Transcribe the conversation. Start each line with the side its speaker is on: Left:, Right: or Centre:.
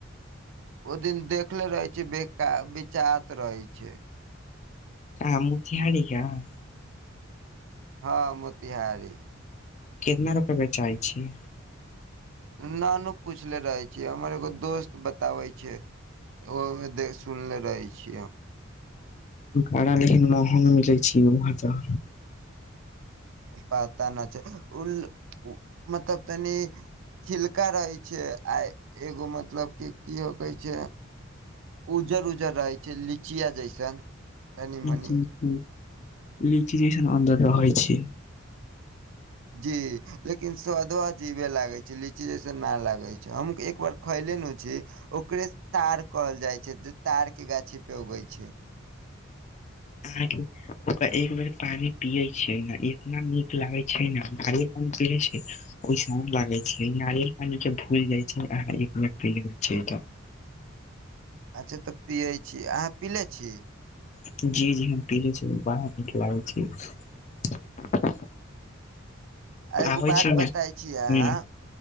Right: ओ दिन देखले रहै छै बेका बिचात रहै छै
Left: कहाॅं मोतिहारी गाॅंव
Right: हँ मोतिहारी
Left: केतना रुपये बेचाइ छै
Right: न नू पूछले रहे छि हमर एगो दोस्त बताबै छै ओ ओहे दे सुनले रहै छिये हम
Left: बड़ा लेकिन महंग मिलै छै यौ वहाँ तऽ
Right: पता न छै उल मतलब तनि छिलका रहै छै आ एगो मतलब कि की ऊ कहे छै उज्जर उजर रहै छै लीचिया जैसन तनी मनी
Left: जी जी लिची जैसन अन्दर रहै छै
Right: जी लेकिन स्वादवा अजीबे लागै छै लीची जैसन नि लागै छै हम एक बार खैले नु छी ओकरे तार कहल जाइ छै जे तार के गाछी पे उगै छै
Left: अहाॅंके ओकरा एक बेर पानि पियै छियै ने इतना नीक लागै छै ने भारे पान पियै छै ओहिसन लागै छै नारियल पानी के भूल जाइ छै अहाॅं एक बेर पी लेबे छै तऽ
Right: अच्छा तऽ पियै छी अहाँ पीेले छी?
Left: जी जी हम पीले छी बडा निक लागै छै
Right: आ एगो
Left: आबे
Right: बात
Left: छै ने
Right: बताइ छी अहाँ
Left: ह